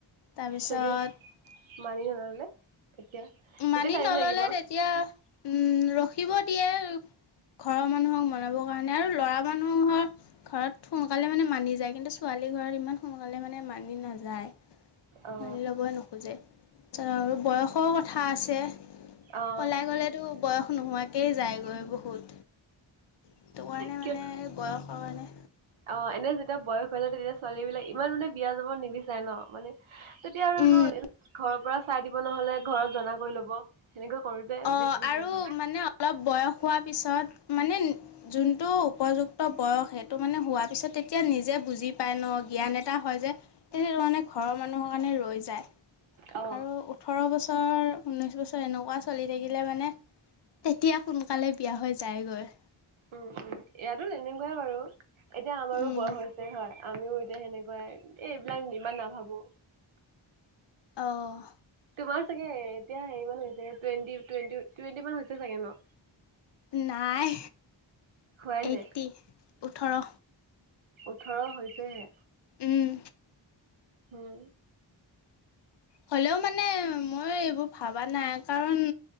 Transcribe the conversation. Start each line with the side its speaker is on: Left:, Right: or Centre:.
Left: তাৰপিছত
Right: যদি মানি নল'লে? তেতিয়া তেতিয়া
Left: মানি
Right: টাইম
Left: নল'লে
Right: লাগিব
Left: তেতিয়া উম, ৰখিব দিয়ে। ঘৰৰ মানুহক মনাবৰ কাৰণে আৰু ল'ৰা মানুহৰ ঘৰত সোনকালে মানে মানি যায় কিন্তু ছোৱালী লীৰ ঘৰত ইমান সোনকালে মানে মানি নাযায়।
Right: অ
Left: মানি ল'বই নোখোজে চ আৰু বয়সৰ থা আছে
Right: অ
Left: পলাই গ'লেটো বয়স নোহোৱাকেই যায়গৈ বহুত। সটো কাৰণে
Right: কিয়
Left: মানে বয়সৰ কাৰণে
Right: অ', এনে যেতিয়া বয়স হৈ যায় তেতিয়া ছোৱালীবিলাক ইমান মানে বিয়া যাব নিবিচাৰে ন' মানে তেতিয়া আৰু আৰু
Left: উম,
Right: ন' ঘৰৰ পৰা চাই দিবলে হলে ঘৰত জনা কৰি ল'ব সেনেকৈ কৰোতে
Left: অ',
Right: বেছি
Left: আৰু
Right: হেৰি হয়
Left: মানে অলপ বয়স হোৱা পিছত মানে যোনটো উপযুক্ত বয়স সেইটো মানে হোৱাৰ পিছত তেতিয়া নিজে বুজি পায় ন জ্ঞান এটা হয় যে, তে ত মানে ঘৰৰ মানুহৰ কাৰণে ৰৈ যায়।
Right: অ
Left: আৰু উঠৰো বছৰ ঊনৈশ বছৰ এনেকুৱা ছোৱালী থাকিলে মানে তেতিয়া সোনকালে বিয়া হৈ জাইগৈ।
Right: উম, উম, ইয়াতো তেনেকুৱাই বাৰু। এতিয়া আমাৰো
Left: উম,
Right: বয়স হৈছে হয় আমিও এতিয়া সেনেকুৱাই এই এইবিলাক ইমান নাভাবো
Left: আহ
Right: তোমাৰ চাগে এতিয়া হেৰিান হৈছে টুৱেণ্টি, টুৱেট, টুৱেণ্টি মান হৈছে চাগে ন?
Left: নাই
Right: হোৱাই
Left: এইট্টি
Right: নাই
Left: ওঠৰ
Right: ওঠৰ হৈছেহে।
Left: উম।
Right: উম।
Left: হলেও মানে মই এইবোৰ ভবা নাই কাৰণ